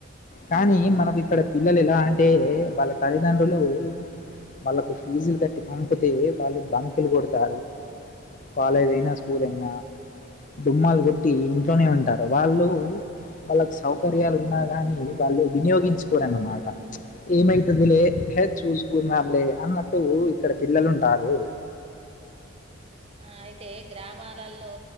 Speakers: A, on the left (about 40°); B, on the right (about 30°).
A: కానీ మనవి ఇక్కడ పిల్లలు ఎలా అంటే వాళ్ళ తల్లిదండ్రులు వాళ్ళకు ఫీజులు కట్టి పంపితే వాళ్ళు బంకులు కొడతారు కాలేజ్ అయినా స్కూల్ అయినా డుమ్మాలు కొట్టి ఇంట్లోనే ఉంటా వాళ్ళు వాళ్ళకు సౌకర్యాలు ఉన్నా గాని వాళ్ళు వినియోగించుకోరన్నమాట ఏమైతది లే హే చూసుకుందాంలే అన్నట్టు ఇక్కడ పిల్లలు ఉంటారు
B: ఆ అయితే గ్రామాలల్లో